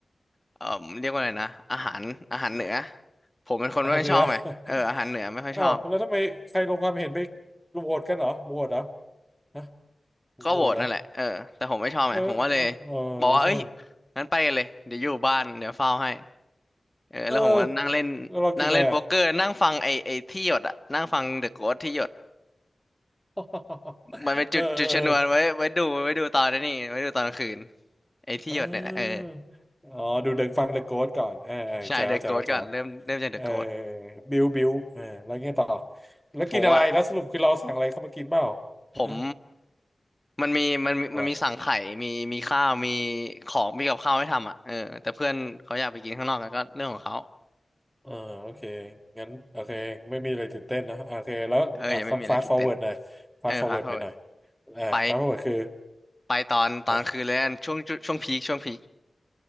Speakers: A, on the left; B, in the centre.
A: เอ่อเรียกว่าอะไรนะอาหารอาหารเหนือผมเป็นคนไม่ค่อยชอบไงเอออาหารเหนือไม่ค่อยชอบ
B: อ่ารเหนือ <laughs> อ้าวแล้วทำไมใครลงความเห็นไปโหวตกันเหรอโหวตเหรอฮะ
A: ก็โหวตนั่นแหละเออแต่ผมไม่ชอบไงผมก็เลย
B: โหวตเหรอเออเออเออใช่
A: บอกว่าเอ้ยงั้นไปกันเลยเดี๋ยวอยู่บ้านเดี๋ยวเฝ้าให้เออแล้วผมก็นั่งเล่น
B: เออแล้วเรากินอะไรอ่ะ
A: นั่งเล่นโป๊กเกอร์นั่งฟังไอไอที่หยดอะนั่งฟังเดอะโกสที่หยด
B: <laughs>
A: มันเป็นจุดจุดชนวนไว้ไว้ดูไว้ดูตอนนี้ไว้ดูตอนกลางคืน
B: เออเออเออ
A: ไอ้ที่หยดเนี่ยแหละเออ
B: เอออ๋อดูเดินฟังเดอะโ s t ก่อนเออเออแจ๋วแจ๋วแจ๋ว
A: ใช่เดอะโกสก่อนเริ่มเริ่มจากเดอะโกส
B: เออบิวบิวเออแล้วไงต่อแล้วกินอะไรแล้วสรุปคือเราสั่งอะไรเข้ามากินเปล่า
A: ผมว่าผม
B: ฮะ
A: มันมีมันมีมันมีสั่งไข่มีมีข้าวมี
B: อะไร
A: ของมีกับข้าวให้ทำอ่ะเออแต่เพื่อนเขาอยากไปกินข้างนอกกันก็เรื่องของเขา
B: อ่าโอเคงั้นโอเคไม่มีอะไรตื่นเต้นนะอ่าโอเคแล้วอ่ะต้อง
A: เออยังไม่มีอะไรตื่นเต้น
B: fast forward หน่อย fast
A: เออพาเขา
B: forward ไปหน่อยอ่า
A: ไป
B: fast forward คือ
A: ไปตอนตอนกลางคืนเลยกันช่วงจุช่วงพีคช่วงพีค
B: อ่ะ